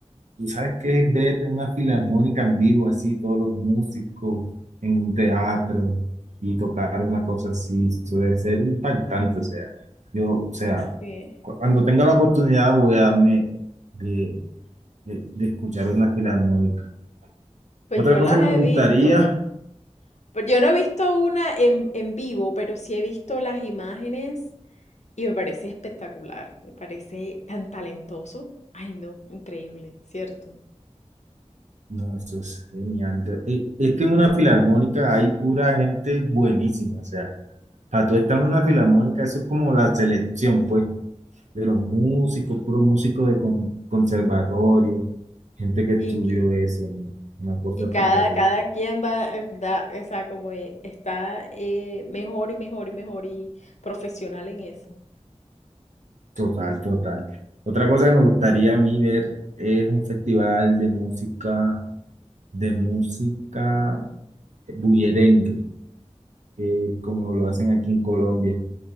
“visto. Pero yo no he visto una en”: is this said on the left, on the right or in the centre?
Left